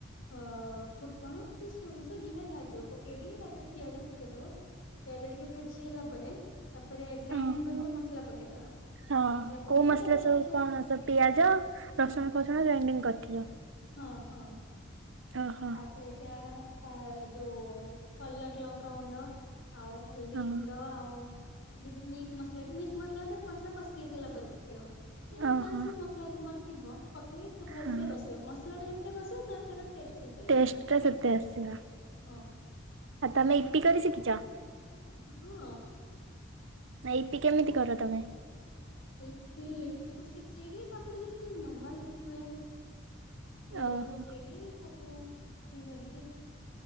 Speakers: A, on the left (about 90°); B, on the right (about 80°).
A: ଅ-ଅ-ଅ ଫୁଟଣ କି ସୋରିଷ, ଜିରା ଯାହା ଥିବ ପକେଇ ଦେଇଇକି ତାପରେ ପିଆଜ ପକେଇଦବ। ପିଆଜ ଟିକେ ଭାଜି ହେଲା ପରେ ତାପରେ ଗ୍ରାଇଣ୍ଡିଙ୍ଗ
B: ଓହୋ
A: କରିଥିବା ମସଲା ପକେଇଦବା
B: ହଁ
A: ମସଲା ପକେଇଦେଇ
B: କୋଉ ମସଲା
A: ତାପରେ
B: ସବୁ
A: ଯା
B: କଣ ସବୁ ପିଆଜ, ରସୁଣ ଫସୁଣ ଗ୍ରାଇଣ୍ଡିଙ୍ଗ କରିଥିବ
A: ହଁ ହଁ।
B: ଓହୋ
A: ତାପରେ ଯା ଆ ଯୋ-ଓ-ଓ କଲର୍ ଲଙ୍କାଗୁଣ୍ଡ ଆଉ ହଳଦୀ
B: ହଁ
A: ଗୁଣ୍ଡ ଆଉ ଯଦି ମିଟ୍ ମସଲା ମିର୍ଚ୍ଚ ମସଲାଟା ମସଲା କସି ହେଇସାରିଲା ପରେ ପକେଇବ। ଯେ
B: ଓହୋ
A: ଯାହା ସବୁ ମସଲା ତମର ଥିବ ପକେଇ ତ ଭଲସେ
B: ହଁ।
A: କସି ମସଲା ଟା ଯେତେ କସିବ ତାଙ୍କର ଟେଷ୍ଟ ଆସିବ।
B: ଟେଷ୍ଟ୍ ଟା ସେତେ ଆସିବ। ଆଉ
A: ହଁ।
B: ତମେ ଇପି କରି ଶିଖିଛ?
A: ହଁ।
B: ଆ ଇପି କେମିତି କର ତମେ?
A: ଇପି ଇପିକୁ ସିଝେଇକି ତାପରେ ଯେମିତି ନର୍ମାଲ ଇପି ହୁଏ। ପିଆଜ
B: ଓହୋ
A: ପକେଇକି ତ କୁ ହେଇ କରିକି